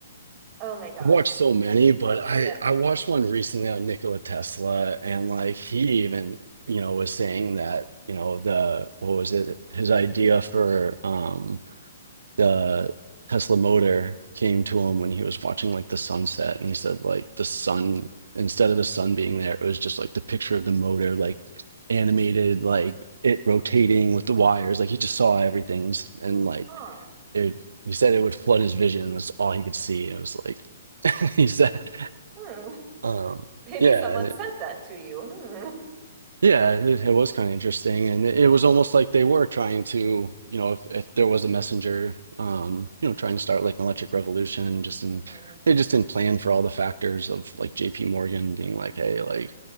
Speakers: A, on the right (about 30°); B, on the right (about 80°).
A: oh my gosh.
B: I've watched so many, but I
A: yeah.
B: I watched one recently on Nikola Tesla, and like he even you know was saying that you know the what was it his idea for um the Tesla motor came
A: hmm
B: to him when he was watching like the sunset, and he said like the sun instead of the sun being there, it was just like the picture of the motor like animated like it rotating with the wires, like he just saw everything and like
A: Huh.
B: it. He said it would flood his vision. That's all he could see. It was like. <laughs> He's that.
A: Hmm.
B: Um,
A: Maybe
B: yeah,
A: someone
B: it-
A: sent that to you. Hmm.
B: yeah, it, it was kind of interesting, and it, it was almost like they were trying to, you know, if if there was a messenger, um, you know, trying to start like an electric revolution, just
A: Mhm.
B: in they just didn't plan for all the factors of like J.P. Morgan being like, hey, like